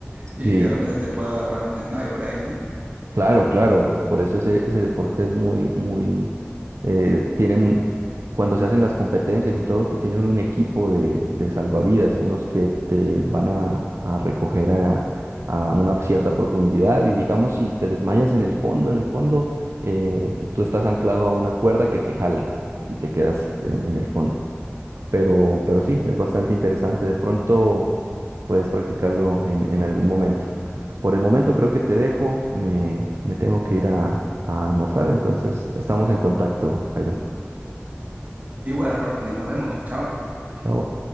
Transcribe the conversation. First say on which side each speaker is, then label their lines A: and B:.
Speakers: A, on the right; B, on the right.
A: y
B: Sí.
A: que de repente te pueda agarrar un desmayo por ahí, ¿no?
B: Claro, claro, por eso ese, ese deporte es muy, muy, eh, tiene, mu- cuando se hacen las competencias y todo esto, tienen un equipo de, de salvavidas, unos que te van a, a recoger a, a una cierta profundidad y digamos si te desmayas en el fondo, en el fondo, eh, tú estás anclado a una cuerda que te jala si te quedas en en el fondo pero, pero sí, es bastante interesante. De pronto puedes practicarlo en, en algún momento. Por el momento creo que te dejo, me, me tengo que ir a, a almorzar, entonces estamos en contacto, Jairo.
A: Igual, Ronald, nos vemos. Chao.
B: Chao.